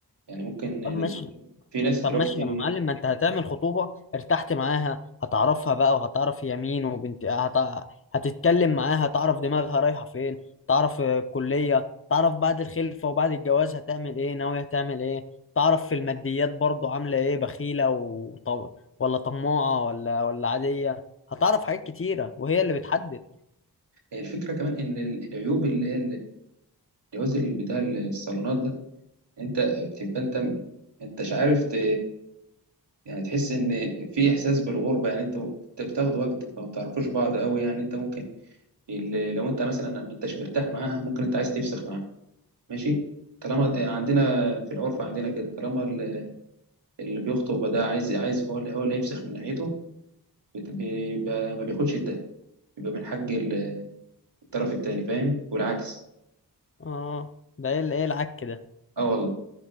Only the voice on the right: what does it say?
يعني ممكن دلوقتي
في ناس دلوقتي
الفكره كمان ان العيوب اللي هي الجواز اللي بتاع الصالونات ده انت بتبقى انت انت مش عارف ت... يعني تحس ان في احساس بالغربه يعني انت انت بتاخد وقت ما بتعرفوش بعض قوي يعني انت ممكن ال- لو انت مثلا ما انتش مرتاح معاها ممكن انت عايز تفسخ معاها ماشي طالما آه، عندنا في العرف عندنا كده طالما ال- اللي بيخطب ده عايز عايز هو هو اللي هيفسخ من ناحيته بت- بيبقى ما بياخدش الدهب بيبقى من حق ال- الطرف التاني فاهم والعكس
اه والله